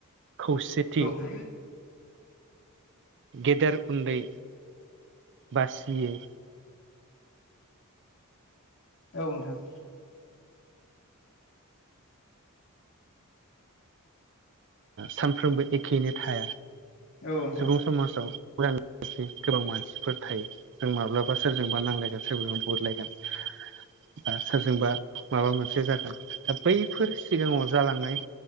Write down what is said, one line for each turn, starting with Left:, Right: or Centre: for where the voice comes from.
Right: खौसेथि
Left: औ
Right: गेदेर उन्दै बासियै
Left: औ नोंथां।
Right: सानफ्रोमबो एखेयनो थाया
Left: नोंथां
Right: सुबुं समाजाव लोगोसे गोबां मानसिफोर थायो। जों माब्लाबा सोरजोंबा नांलायगोन सोरजों बुरलायगोन सोरजोंबा माबा मोनसे जागोन दा बैफोर सिगांङाव जालांनाय।